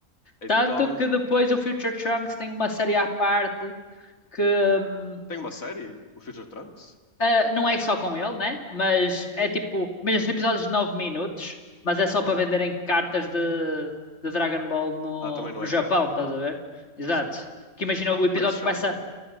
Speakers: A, on the left (about 70°); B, on the left (about 50°).
A: Então,
B: Tanto que depois o Future Trunks tem uma série à parte que hum,
A: tem uma série? O Future Trunks?
B: ah, não é só com ele, né? Mas é tipo, mesmo são episódios de 9 minutos, mas é só para
A: Oh.
B: venderem cartas de, de Dragon Ball no,
A: Ah, também não
B: no
A: é
B: Japão,
A: canon, então.
B: estás a ver? Exato.
A: Sim.
B: Que imagina, o episódio
A: Como é que se chama?
B: começa